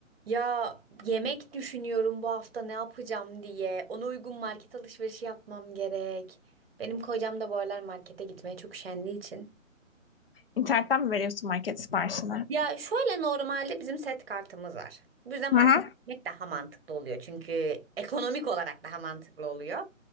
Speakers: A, on the right; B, on the left.
A: Ya yemek düşünüyorum bu hafta ne yapacağım diye. Ona uygun market alışverişi yapmam gerek. Benim kocam da bu aralar markete gitmeye çok üşendiği için.
B: İnternetten mi veriyorsun market siparişini?
A: Ya şöyle normalde bizim set kartımız var. Bu yüzden
B: Hı
A: markete
B: hı.
A: gitmek daha mantıklı oluyor. Çünkü ekonomik olarak daha mantıklı oluyor.